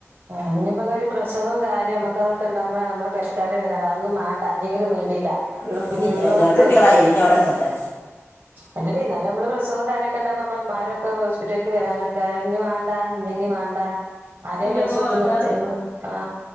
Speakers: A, on the right; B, on the left.
A: അഞ്ഞപ്പെ ഒരു പ്രസവവും കാര്യവും നമുക്ക് അതൊണ്ടാകുമ്പോഴാണ് നമ്മള് പെരക്കാര് വരാ അതന്നും വേണ്ട ഇല്ലെങ്കിലും വേണ്ടീല്ല. ഇവിടെ പിന്നള്ളോത്ത
B: ഇനി രണ്ടു കുട്ടികളായില്ല ഞാൻ അവിടെ കട്ടെ
A: അല്ലഡീ നമ്മള് പ്രസവം കാര്യക്കെ ഉണ്ടാവുമ്പ നമ്മ ആരുംക്കെ ഹോസ്പിറ്റല്ക്ക് വരാനൊക്കെ ഇഞ് വേണ്ട ഇല്ലങ്ങി വേണ്ട. ആരെയും
B: ഇല്ല
A: പൈസ കൊത്ത
B: എന്താ
A: നിർത്തിയ ആ